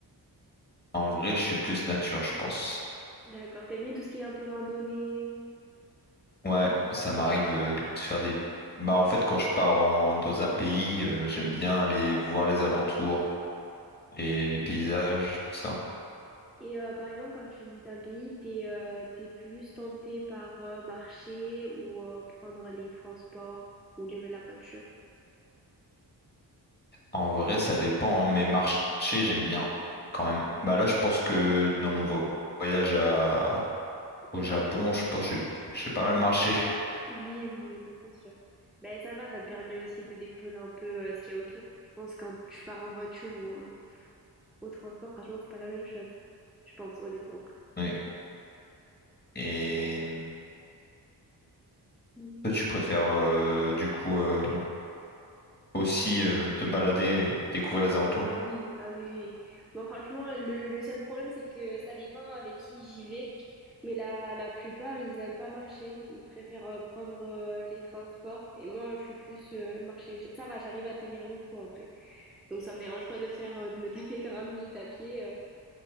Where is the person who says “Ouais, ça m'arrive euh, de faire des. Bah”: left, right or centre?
Left